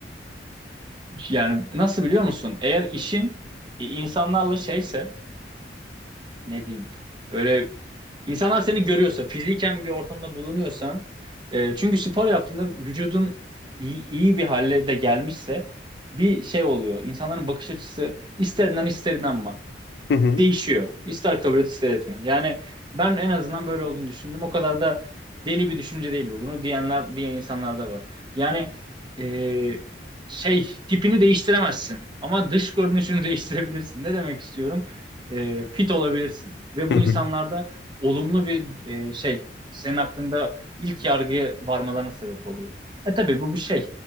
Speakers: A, on the right; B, on the left.
A: Yani nasıl biliyor musun? Eğer işin e, insanlarla şeyse ne diyeyim böyle insanlar seni görüyorsa fiziken bir ortamda bulunuyorsan e, çünkü spor yaptığında vücudun iyi, iyi bir hale de gelmişse bir şey oluyor. İnsanların bakış açısı ister inan ister inanma
B: Hı hı.
A: değişiyor. İster kabul et ister etme. Yani ben en azından böyle olduğunu düşündüm. O kadar da deli bir düşünce değil bu. Bunu diyenler diyen insanlar da var. Yani e, şey tipini değiştiremezsin ama dış görünüşünü <laughs> değiştirebilirsin. Ne demek istiyorum? E, fit olabilirsin ve bu
B: Hı hı.
A: insanlarda olumlu bir e, şey senin hakkında ilk yargıya varmalarına sebep oluyor. E tabii bu bir şey.